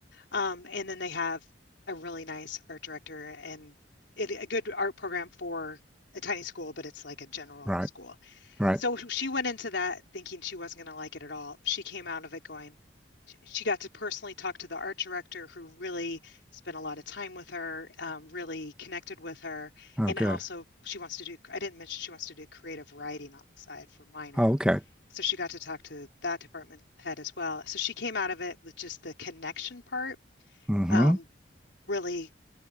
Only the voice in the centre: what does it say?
right,
right.
Oh,
good.
Oh, okay.
Mm-hmm.